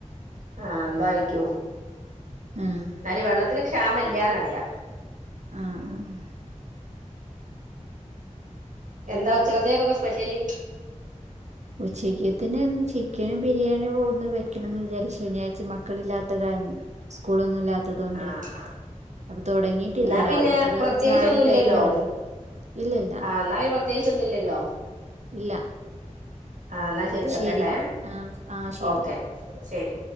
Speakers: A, on the right; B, on the right.
A: ആഹ് ന്തായ്ക്കോ
B: ഉം
A: ന്നാല് വെള്ളത്തിന് ക്ഷാമല്ലാന്നറിയാ
B: ആഹ് ആഹ്
A: എന്താ ഉച്ചക്കത്തേക്കൊക്കെ സ്പെഷല്
B: ഉച്ചക്കത്തേന് ഇന്ന് ചിക്കനും ബിരിയാണിയും കൊട്ന്ന് വെക്കണന്ന് വിചാരിച്ചീനി ശനിയാഴ്ച്ച മക്കളില്ലാത്ത കാരണം സ്കൂളൊന്നുല്ലാ ത്തതോണ്ടെയ്
A: ആഹ്
B: അപ്പൊ തൊടങ്ങീട്ടില്ല
A: എന്നാ
B: രാവിൽത്തക്കെ
A: പിന്നെ പ്രത്യേകിച്ചൊന്നുല്ലല്ലോ
B: ചായുടി കഴിഞ്ഞേയൊള്ളു ഇല്ലല്ല
A: ആഹ് എന്നാ പിന്നെ പ്രത്യേകിച്ചൊന്നുല്ലല്ലോ
B: ഇല്ല
A: ആഹ് ന്നാ ശരി വക്കട്ടെ
B: ശരിയെന്നാ ആ ആ ശരി
A: ഓക്കെ ശരി